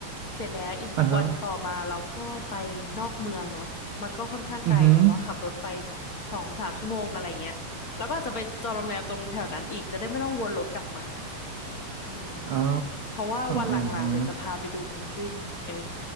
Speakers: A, on the left; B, on the right.
A: เสร็จแล้วอีกวันต่อมาเราก็ไปนอกเมืองเนาะมันก็ค่อนข้างไกลแบบว่าขับรถไป
B: อ่าฮะอือหือ
A: สองสามชั่วโมงอะไรเงี้ยแล้วก็อาจจะไปจองโรงแรมตรงแถวนั้นอีกจะได้ไม่ต้องวนรถกลับมาอืม
B: อ๋อ
A: เพราะว่าวันหลังๆเดี๋ยวจะพาไปดูเพนกวินเออ
B: อือหือ